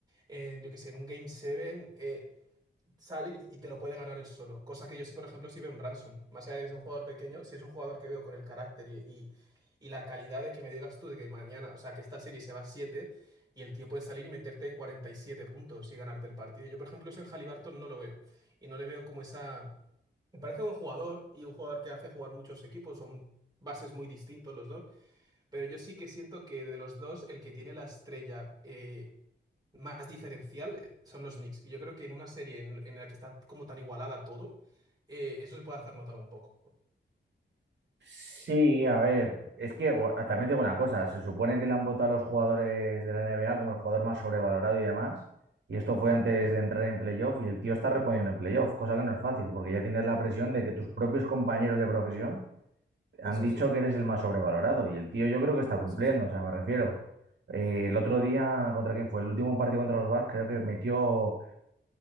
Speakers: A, on the right; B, on the right.
A: en, yo qué sé, en un Game 7, sale y te lo puede ganar él solo. Cosa que yo sí, por ejemplo, sí veo en Branson. Más allá de que sea un jugador pequeño, si es un jugador que veo con el carácter y, y- y la calidad de que me digas tú de que mañana, o sea, que esta serie se va a 7 y el tío puede salir y meterte 47 puntos y ganarte el partido. Yo, por ejemplo, eso en Haliburton no lo veo. Y no le veo como esa... Me parece un jugador y un jugador que hace jugar muchos equipos. Son bases muy distintos los dos. Pero yo sí que siento que de los dos, el que tiene la estrella... eh, más diferencial eh, son los Knicks. Y yo creo que en una serie en, en la que está como tan igualada todo, eh, eso se puede hacer notar un poco.
B: Sí, a ver, es que bueno, también tengo una cosa, se supone que le han votado a los jugadores de la NBA como el jugador más sobrevalorado y demás, y esto fue
A: Mm,
B: antes
A: mm.
B: de entrar en playoff y el tío está respondiendo en playoff, cosa que no es fácil, porque ya tienes la presión de que tus propios compañeros de profesión
A: Eso
B: han dicho
A: sí,
B: que eres el más sobrevalorado y el tío yo creo que está cumpliendo,
A: eso sí.
B: o sea, me refiero. eh, el otro día, ¿contra quién fue? El último partido contra los Bucks, creo que metió